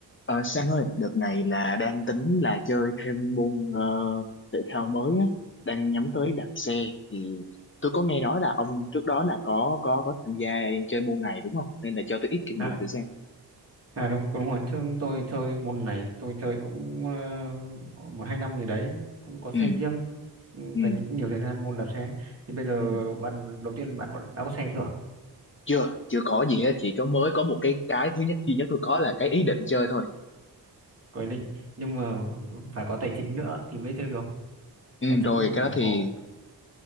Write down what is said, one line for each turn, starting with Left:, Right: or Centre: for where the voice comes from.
Left: Ờ, Sang ơi, đợt này là đang tính là chơi thêm môn ờ, thể thao mới á, đang nhắm tới đạp xe thì tôi có nghe nói là ông trước đó là có có có tham gia chơi môn này đúng không? Nên là cho tôi ít kinh
Right: À,
Left: nghiệm thử xem.
Right: à đúng đúng rồi chứ tôi chơi môn này tôi chơi cũng ờ, một hai năm gì đấy cũng có xe
Left: Ừ,
Right: riêng ừ,
Left: ừ,
Right: dành nhiều thời gian môn đạp xe thì bây giờ
Left: ừ.
Right: bạn đầu tiên bạn có- đã có xe chưa
Left: Chưa, chưa có gì hết, chỉ có mới có một cái cái thứ nhất duy nhất tôi có là cái ý định chơi thôi.
Right: có ý định nhưng mà phải có tài chính nữa thì mới chơi được
Left: Ừ,
Right: tài chính
Left: rồi cái
Right: thì
Left: đó thì
Right: có